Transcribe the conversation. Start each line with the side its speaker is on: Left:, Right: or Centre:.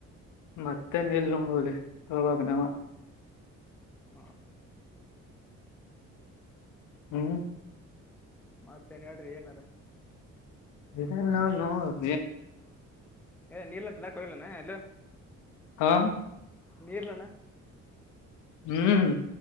Left: ಮತ್ತೆ ನಿಲ್ ನೋಡುವಿ ಹೇಳ್ಬೇಕು ನೀವ.
Centre: ಹ.
Left: ಹ್ಮ್
Centre: ಮತ್ತೆನ್ ಹೇಳ್ರಿ ಏನಾರ.
Left: ಇ ನ ನೋದು.
Centre: ಏ ನೀಲ್ಲಂತಲ್ಲ ಕೊೋಗಲಾನ ಎಲ್ಲ.
Left: ಹಾ
Centre: ನೀರ್ಲಣ್ಣ.
Left: ಹ್ಮ್